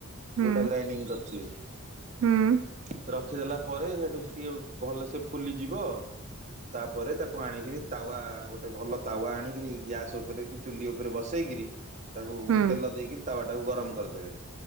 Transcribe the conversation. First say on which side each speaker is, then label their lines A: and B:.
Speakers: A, on the right; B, on the right.
A: ହୁଁ
B: ଯଉଟା ଗ୍ରାଇଣ୍ଡିଙ୍ଗ କରିଥିବେ।
A: ହୁଁ।
B: ରଖିଦେଲା ପରେ ସେଠୁ ସେ ଟିକେ ଭଲସେ ଫୁଲିଯିବ ଆଉ। ତାପରେ ତାକୁ ଆଣିକିରି ତାୱା ଗୋଟେ ଭଲ ତାୱା ଆଣିକିରି ଗ୍ୟାସ ଉପରେ କି ଚୁଲି ଉପରେ ବସେଇକରି ତାକୁ
A: ହୁଁ
B: ତେଲ ଦେଇକରି ତାୱ ଟାକୁ ଗରମ କରିଦେବେ।